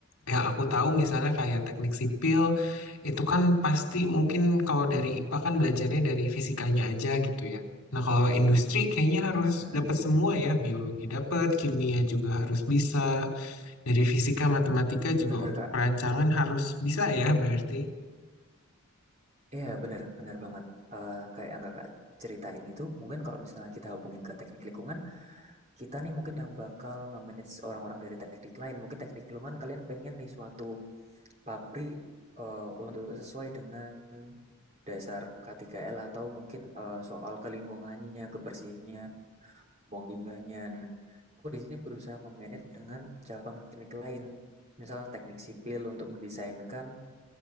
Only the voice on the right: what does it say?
Mm,
bener
Kak.
Iya, bener, bener banget. Eh, kayak yang Kakak ceritain itu, mungkin kalau misalnya kita hubungin ke teknik lingkungan, kita nih mungkin yang bakal nge-manage orang-orang dari teknik lain. Mungkin teknik lingkungan kalian pengen nih suatu pabrik eh, untuk sesuai dengan dasar K3L atau mungkin eh, soal kelingkungannya, kebersihannya, buang limbahnya. Nah, aku di sini berusaha memanage dengan cabang teknik lain, misal teknik sipil untuk mendesainkan